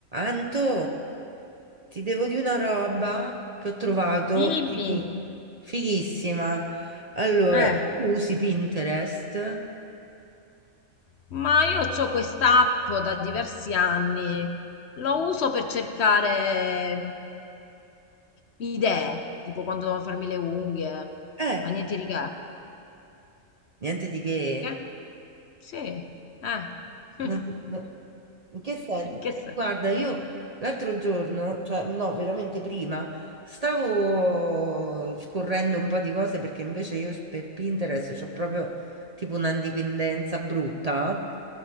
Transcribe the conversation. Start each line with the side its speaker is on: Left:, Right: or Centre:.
Right: Anto, ti devo di una roba che ho trovato
Left: Dimmi,
Right: fighi- fighissima. Allora,
Left: eh,
Right: tu usi Pinterest?
Left: Ma io ho quest'app da diversi anni, lo uso per cercare mm, idee, tipo quando devo farmi le unghie,
Right: Eh,
Left: ma niente di che.
Right: niente di che.
Left: Perché? Sì, eh. <laughs>
Right: Non- non- in che senso?
Left: In che
Right: Perché
Left: senso?
Right: guarda, io l'altro giorno, cioè no, veramente prima, stavo scorrendo un po' di cose perché invece io per Pinterest ho proprio tipo una dipendenza brutta.